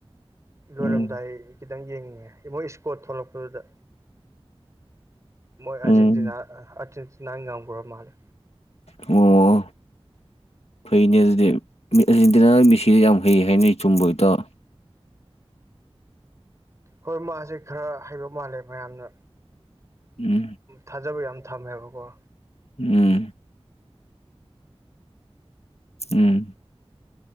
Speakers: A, on the right (about 30°); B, on the left (about 85°).
A: ꯂꯣꯏꯔꯝꯗꯥꯏ
B: ꯎꯝ
A: ꯈꯤꯇꯪ ꯌꯦꯡꯉꯦ ꯃꯣꯏ ꯏꯁꯀꯣꯔꯠ ꯊꯣꯛꯂꯛꯄꯗꯨꯗ ꯃꯣꯏ ꯑꯔꯖꯦꯟꯇꯤꯅꯥ
B: ꯎꯝ
A: ꯑꯔꯖꯦꯟꯇꯤꯅꯥ ꯉꯥꯝꯈ꯭ꯔꯃꯥꯜꯂꯦ
B: ꯑꯣ ꯐꯩꯅꯦ ꯑꯗꯨꯗꯤ ꯑꯔꯖꯦꯟꯇꯤꯅꯥꯒꯤ ꯃꯦꯁꯤꯗ ꯌꯥꯝ ꯐꯩ ꯍꯥꯏꯅꯩ ꯆꯨꯝꯕ꯭ꯔꯣ ꯏꯇꯥꯎ
A: ꯍꯣꯏ ꯃꯥꯁꯦ ꯈꯔ ꯍꯩꯕ ꯃꯥꯜꯂꯦ ꯃꯌꯥꯝꯅ
B: ꯎꯝ
A: ꯊꯥꯖꯕ ꯌꯥꯝ ꯊꯝꯃꯦ ꯍꯥꯏꯕꯀꯣ
B: ꯎꯝ ꯎꯝ